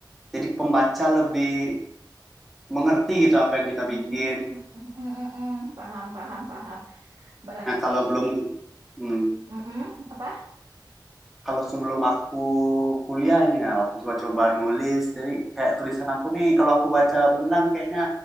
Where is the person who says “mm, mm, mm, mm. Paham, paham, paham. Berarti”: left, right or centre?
Right